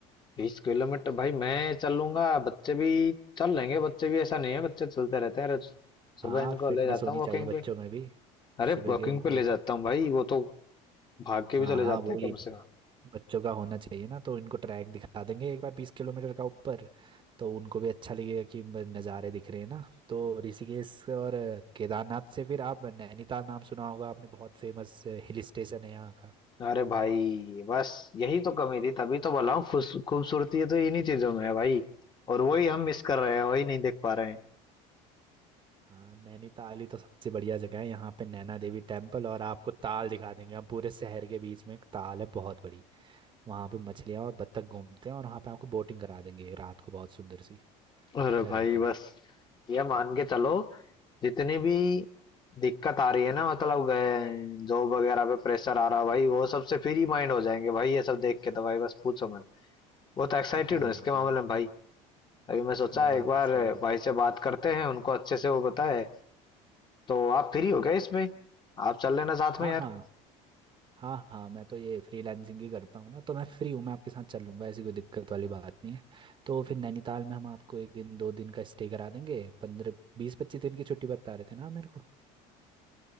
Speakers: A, on the left; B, on the right.
A: बीस किलोमीटर भाई मैं चल लूंगा बच्चे भी चल लेंगे बच्चे भी ऐसा नहीं है बच्चे चलते रहते हैं रोज सुबह
B: हाँ
A: इनको
B: फिटनेस
A: ले जाता
B: होनी
A: हूँ
B: चाहिए
A: वॉकिंग
B: बच्चों
A: पे
B: में भी
A: अरे
B: सुबह
A: वॉकिंग
B: के वो
A: पे ले जाता हूँ भाई वो तो भाग के
B: हाँ
A: भी चले जाते
B: वही
A: हैं कम से कम
B: बच्चों का होना चाहिए ना तो इनको ट्रैक दिखा देंगे एक बार बीस किलोमीटर का ऊपर तो उनको भी अच्छा लगेगा कि ब- नज़ारे दिख रहे हैं ना तो ऋषिकेश और केदारनाथ से फिर आप नैनीताल नाम सुना होगा आपने बहुत फेमस हिल स्टेशन है यहाँ का
A: अरे भाई बस यही तो कमी थी तभी तो बोला हूँ खुश खूबसूरती है तो इन्हीं चीजों में है भाई और वही हम मिस कर रहे हैं वही नहीं देख पा रहे हैं
B: हाँ नैनीताल ही तो सबसे बढ़िया जगह है यहाँ पे नैना देवी टेम्पल और आपको ताल दिखा देंगे हम पूरे शहर के बीच में एक ताल है बहुत बड़ी वहाँ पे मछलियाँ और बत्तख घूमते हैं और वहाँ पे आपको बोटिंग करा देंगे रात को बहुत सुंदर सी
A: अरे
B: क्या
A: भाई
B: कहते
A: बस
B: हो
A: ये मान के चलो जितनी भी दिक्कत आ रही है ना मतलब गए जॉब वगैरह पे प्रेशर आ रहा है भाई वो सबसे फ्री माइंड हो जाएंगे भाई ये सब देख के तो भाई बस पूछो मत बहुत एक्साइटेड
B: हाँ
A: हूँ इसके मामले
B: ये बात
A: में भाई तभी मैं सोचा
B: ये बात
A: एक बार
B: तो सही है
A: भाई से बात करते हैं उनको अच्छे से वो बताए तो आप फ्री हो गए इसमें आप चल लेना साथ
B: हाँ
A: में यार
B: हाँ हाँ हाँ मैं तो ये फ्रीलांसिंग ही करता हूँ ना तो मैं फ्री हूँ मैं आपके साथ चल लूँगा ऐसी कोई दिक्कत वाली बात नहीं है तो फिर नैनीताल में हम आपको एक दिन दो दिन का स्टे करा देंगे पंद्रह बीस पच्चीस दिन की छुट्टी बता रहे थे ना मेरे को